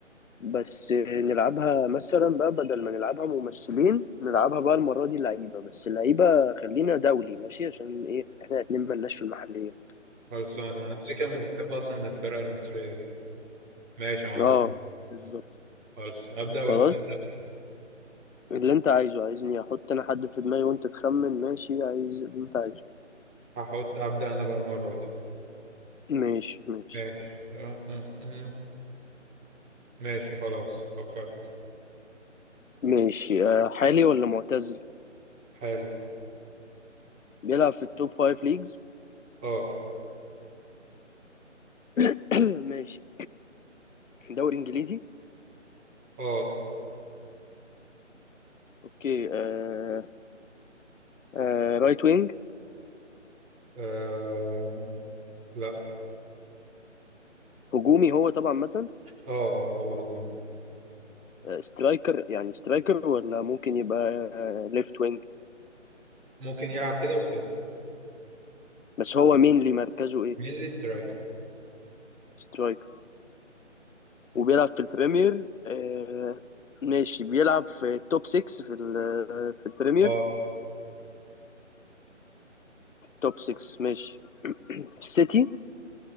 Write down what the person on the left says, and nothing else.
بس نلعبها مثلا بقى بدل ما نلعبها ممثلين نلعبها بقى المرة دي لعيبة بس اللعيبة خلينا دولي ماشي عشان ايه احنا الاتنين ملناش في المحلية
اه بالظبط
خلاص
اللي انت عايزه عايزني احط انا حد في دماغي وانت تخمن ماشي عايز اللي انت عايزه
ماشي ماشي
ماشي آه، حالي ولا معتزل
بيلعب في التوب فايف ليجز
<coughs> <clears throat> ماشي دوري انجليزي
اوكي آه آه رايت وينج
هجومي هو طبعا مثلا
آه، سترايكر يعني سترايكر ولا ممكن يبقى آه ليفت وينج
بس هو مينلي مركزه ايه
سترايكر وبيلعب في البريمير آه، ماشي بيلعب في توب 6 في ال- آه، في البريمير
توب 6 ماشي في السيتي